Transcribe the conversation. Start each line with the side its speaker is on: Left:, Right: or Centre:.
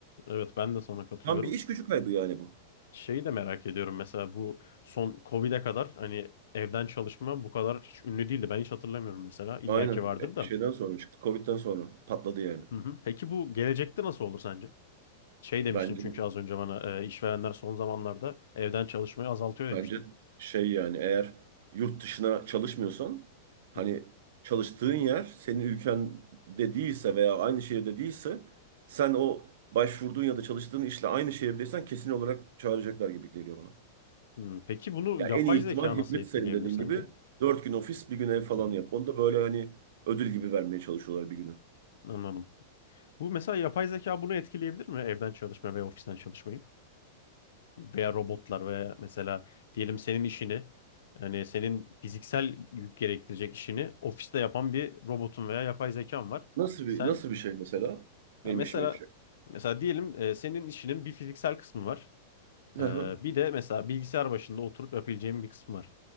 Left: Evet ben de sana katılıyorum.
Right: Tam bir iş gücü kaybı yani bu.
Left: Şeyi de merak ediyorum mesela bu son Covid'e kadar hani evden çalışma bu kadar hiç ünlü değildi. Ben hiç hatırlamıyorum mesela. İlla
Right: Aynen.
Left: ki vardır
Right: E,
Left: da.
Right: Şeyden sonra çıktı. Covid'den sonra patladı yani.
Left: Hı hı. Peki bu gelecekte nasıl olur sence? Şey demiştin
Right: Bence.
Left: çünkü az önce bana e, işverenler son zamanlarda evden çalışmayı azaltıyor demiştin.
Right: Bence şey yani eğer yurt dışına çalışmıyorsan
Left: Hı
Right: hani
Left: hı.
Right: çalıştığın yer senin ülkende değilse veya aynı şehirde değilse sen o başvurduğun ya da çalıştığın işle aynı şehirdeysen kesin olarak çağıracaklar gibi geliyor bana.
Left: Hı, Peki bunu
Right: Ya
Left: yapay
Right: en iyi ihtimal
Left: zeka nasıl
Right: hibrit
Left: etkileyebilir
Right: senin dediğin
Left: sence?
Right: gibi dört gün ofis bir gün ev falan
Left: Hı hı.
Right: yap. Onu da böyle hani ödül gibi vermeye çalışıyorlar bir günü.
Left: Anladım. Bu mesela yapay zeka bunu etkileyebilir mi evden çalışma ve ofisten çalışmayı? veya robotlar veya mesela diyelim senin işini yani senin fiziksel yük gerektirecek işini ofiste yapan bir robotun veya yapay zekan var.
Right: Nasıl
Left: Sen
Right: bir nasıl bir şey mesela
Left: ya
Right: benim
Left: mesela
Right: işimi yapacak?
Left: mesela diyelim e, senin işinin bir fiziksel kısmı var.
Right: Hı hı.
Left: E, bir de mesela bilgisayar başında oturup yapabileceğin bir kısmı var.